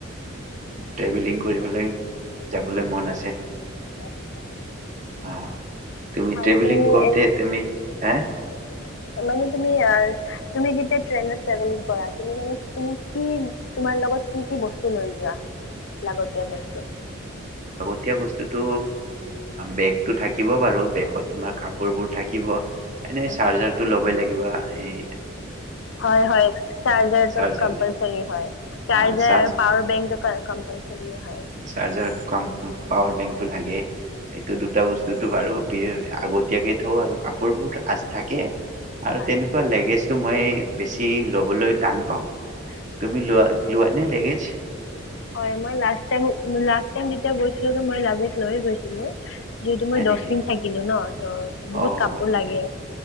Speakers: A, on the right (about 35°); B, on the left (about 60°).
A: ট্ৰেভেলিং কৰিবলৈ যাবলৈ মন আছে।
B: আচ্ছা।
A: আহ তুমি
B: আৰু
A: ট্ৰেভেলিং
B: তুমি
A: কৰোতে
B: এ
A: তুমি হা
B: মানে তুমি আ তুমি যেতিয়া ট্ৰেইনত ট্ৰেভেলিং কৰা তুমি মানে- তুমি কি তোমাৰ লগত কি কি বস্তু লৈ যোৱা। লাগতিয়া বস্তু।
A: এতিয়া বস্তুতটো বেগতটো থাকিব বাৰু বেগত তোমাৰ কাপোৰবোৰ থাকিব এনেই
B: আচ্ছা
A: চাৰ্জাৰ টো ল'বই লাগিবা। এই
B: হয় হয় চাৰ্জাৰটো
A: চাৰ্জাৰ
B: কম্পালচাৰী
A: নাই।
B: হয়।
A: অ
B: চাৰ্জাৰ
A: চাৰ্জ
B: আৰু পাৱাৰ বেংকটো ক কম্পালচৰি হয়।
A: চাৰ্জাৰ কাম পাৱাৰ বেংক টো লাগে। সেইটো
B: আচ্ছা
A: দুটা বস্তুটো বাৰু দিও, আগতীয়াকে থওঁ আৰু। কাপোৰবোৰ আচ থাকে। আৰু
B: হয়
A: তেনেকুৱা লেগেজ মই বেছি লবলৈ টান পাওঁ, তুমি লোৱা লোৱানে লেগেছ।
B: হয়, মই লাষ্ট টাই লাষ্ট টাইম যেতিয়া গৈছিলোঁ মই লাগেজ লৈ গৈছিলোঁ। যিহেতু
A: হয়
B: মই
A: নেকি
B: দহ দিন থাকিলোঁ ন, চৌ বহুত
A: অ
B: কাপোৰ
A: তে
B: লাগে,